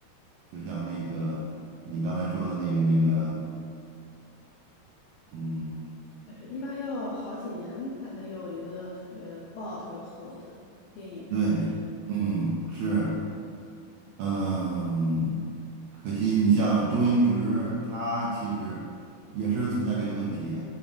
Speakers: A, on the right; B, on the left.
A: 就像那个你刚才说的那个那个，嗯，
B: 就是一般要好几年才能有一个特别爆、特别火的电影吧，
A: 对，
B: 我觉得。
A: 嗯，是。嗯，可惜你像周星驰，他其实也是存在这个问题。